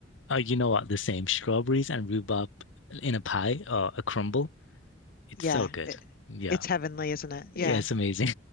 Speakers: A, on the left; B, on the left.
A: Uh, you know what? The same strawberries and rhubarb in a pie or a crumble. It's
B: Yeah,
A: so good.
B: it,
A: Yeah.
B: it's heavenly, isn't it? Yeah.
A: Yeah, it's amazing.